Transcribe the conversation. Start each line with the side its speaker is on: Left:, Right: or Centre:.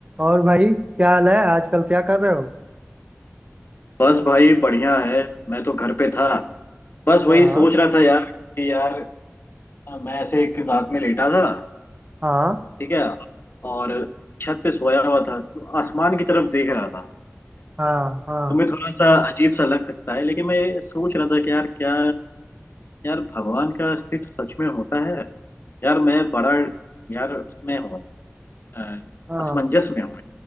Right: और भाई क्या हाल है आजकल क्या कर रहे हो
Left: बस भाई बढ़िया है मैं तो घर पे था बस
Right: हाँ
Left: वही सोच रहा था यार कि यार मैं ऐसे एक दिन रात में लेटा था
Right: हाँ
Left: ठीक है और छत पे सोया हुआ था तो आसमान की तरफ देख रहा था
Right: हाँ हाँ
Left: तुम्हें थोड़ा सा अजीब सा लग सकता है लेकिन मैं ये सोच रहा था कि यार क्या यार भगवान का अस्तित्व सच में होता है यार मैं बड़ा यार उसमें हूँ अ,
Right: हाँ
Left: असमंजस में हूँ